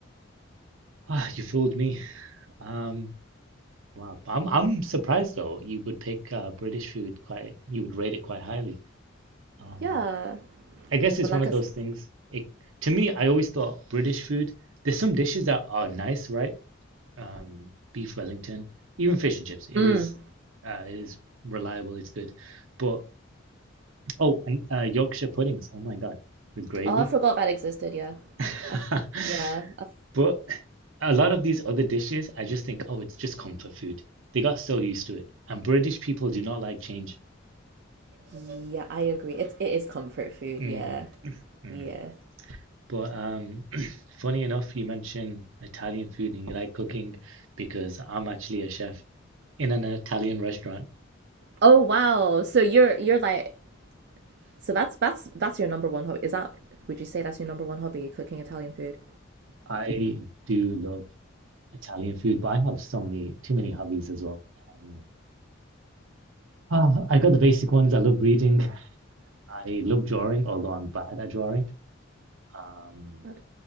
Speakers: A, on the right (about 75°); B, on the right (about 55°).
A: Ah, you fooled me. Um, wow. I'm I'm surprised though. You would pick uh, British food quite. You would rate it quite highly. Um,
B: Yeah.
A: I guess it's
B: But like
A: one of
B: I
A: those
B: s-
A: things. It, to me, I always thought British food, there's some dishes that are nice, right? Um, beef Wellington, even fish and chips. It
B: Mm.
A: is, uh, it is reliable. It's good. But oh, and uh, Yorkshire puddings. Oh my God, with gravy.
B: Oh, I forgot that existed. Yeah,
A: <laughs>
B: I, f- yeah, I, f-
A: But a lot of these other dishes, I just think, oh, it's just comfort food. They got so used to it. And British people do not like change.
B: yeah. I agree. It's it is comfort food.
A: Mm,
B: Yeah,
A: mm.
B: yeah.
A: But um, <clears throat> funny enough, you mentioned Italian food and you like cooking because I'm actually a chef in an Italian restaurant.
B: Oh wow. So you're you're like so that's that's that's your number one hobby. Is that would you say that's your number one hobby? Cooking Italian food.
A: I do love Italian food, but I have so many, too many hobbies as well. Um, ah, I got the basic ones. I love reading. I love drawing, although I'm bad at drawing. Um,
B: God.